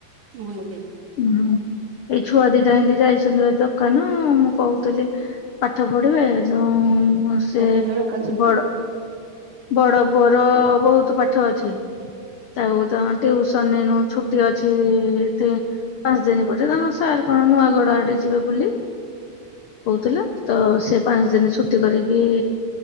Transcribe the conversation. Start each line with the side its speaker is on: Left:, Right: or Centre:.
Right: ମୁହଁ ଲୁଚେଇଁ
Left: ଉଁହୁଁ ଏଇ ଛୁଆ ଦିଟା ଏମିତି ଯାଇଛନ୍ତି ବା ଦୋକାନ ମୁଁ କହୁଥିଲି ପାଠ ପଢିବେ ଯୋଉଁ ସେ
Right: ମୋ ଦେହ ଦେଖାଯାଉଛି
Left: ସେବଡ ବଡ ପୁଅର ବହୁତ ପାଠ ଅଛି। ତାଉ ତ ଟିଉସନ ଏଁନୁ ଛୁଟି ଅଛି ପାଞ୍ଚ ଦିନ ପଟେ ତାଙ୍କର ସାର୍ କଣ ନୂଆଘର ଆଡେ ଯିବେ ବୋଲି। କହୁଥିଲେ ତ ସେ ପାଞ୍ଚ ଦିନ ଛୁଟି କରିକି